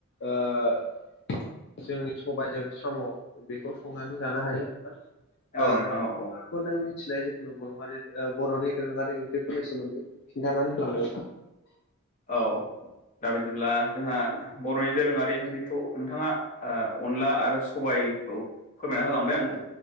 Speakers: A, on the left; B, on the left.
A: ओ जोंनि सबायजों साम' बेखौ संनानै जानो हायो नोंथां ओ
B: औ नोंथां औ औ
A: खौ नों मिथिनाय जखुनु बरङारि बर'नि दोरोङारि ओंख्रिफोरनि सोमोन्दै खिन्थानानै होलांदों
B: औ दा बायदिब्ला जोंहा बर'नि दोरोङारि ओंख्रिखौ नोंथाङा अनला आरो सबायखौ फोरमायना हालांबाय आंनो